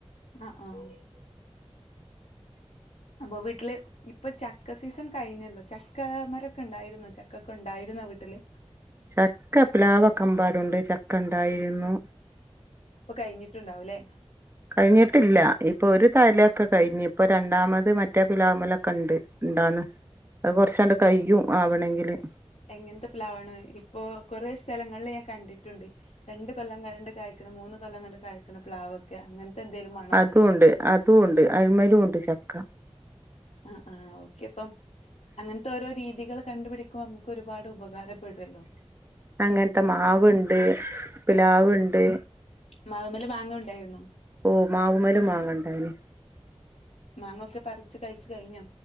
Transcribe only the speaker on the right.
ചക്ക പിലാവ് ഒക്കെ എമ്പാടും ഉണ്ട് ചക്ക ഉണ്ടായിരുന്നു
കഴിഞ്ഞിട്ടില്ല ഇപ്പൊ ഒരു തലൊക്കെ കഴിഞ്ഞ് ഇപ്പൊ രണ്ടാമത് മറ്റേ പ്ലാവ് മ്മലൊക്കെ ഉണ്ട് ഇണ്ടാണ്
അത് കൊറച്ചാണ്ട് കഴിയും ആവണോങ്കില്
അതും ഉണ്ട് അതും ഉണ്ട് അഴിമലും ഉണ്ട് ചക്ക
അങ്ങനത്തെ മാവുണ്ട് പ്ലാവുണ്ട്
ഓ മാവുമെലു മാങ്ങണ്ടായിരുന്നു